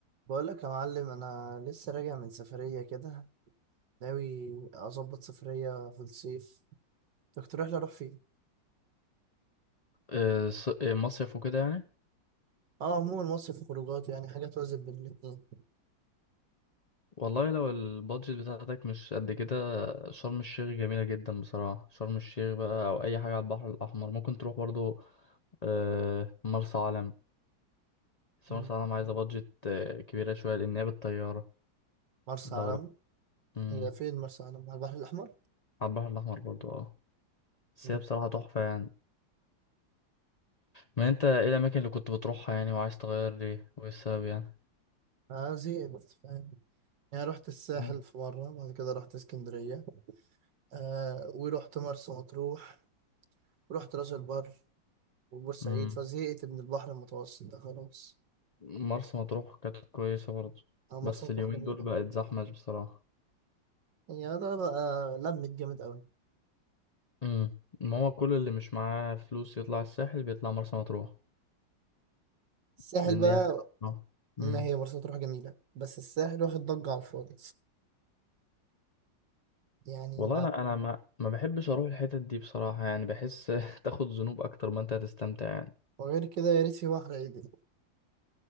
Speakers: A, on the right (about 70°); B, on the left (about 35°).
A: بقولك يا معلم انا لسه راجع من سفرية كده ناوي اظبط سفرية في الصيف تقترح لي اروح فين
B: آه، ص- آه، مصيف وكده يعني
A: اه عموما مصيف خروجات يعني حاجة توازن بين الاتنين
B: والله لو البادجت بتاعتك مش قد كده شرم الشيخ جميلة جدا بصراحة شرم الشيخ بقى أو أي حاجة على البحر الأحمر ممكن تروح برضو آه، مرسى علم بس
A: مم.
B: مرسى علم عايزة بادجت آه، كبيرة شوية لأن هي بالطيارة
A: مرسى
B: دورة
A: علم
B: مم.
A: هي فين مرسى علم على البحر الاحمر
B: على البحر الأحمر برضو اه بس
A: مم.
B: هي بصراحة تحفة يعني ما أنت إيه الأماكن اللي كنت بتروحها يعني وعايز تغير ليه وإيه السبب يعني
A: انا زهقت فاهم يعني رحت الساحل
B: مم.
A: في مرة بعد كده رحت اسكندرية آه ورحت مرسى مطروح ورحت راس البر وبورسعيد
B: مم.
A: فزهقت من البحر المتوسط ده خلاص
B: مرسى مطروح كانت كويسة برضو
A: اه مرسى
B: بس
A: مطروح
B: اليومين
A: جميلة
B: دول بقت زحمة بصراحة
A: هي ده بقى لمت جامد قوي
B: امم ما هو كل اللي مش معاه فلوس يطلع الساحل بيطلع مرسى مطروح
A: الساحل
B: لان
A: بقى
B: هي حلوه بصراحة.
A: ما
B: امم
A: هي مرسى مطروح جميلة بس الساحل واخد ضجة على الفاضي يعني
B: والله
A: ما
B: انا انا ما ما بحبش اروح الحتت دي بصراحه يعني بحس <laughs> تاخد ذنوب اكتر ما انت هتستمتع يعني
A: وغير كده يا ريت في بحر عدل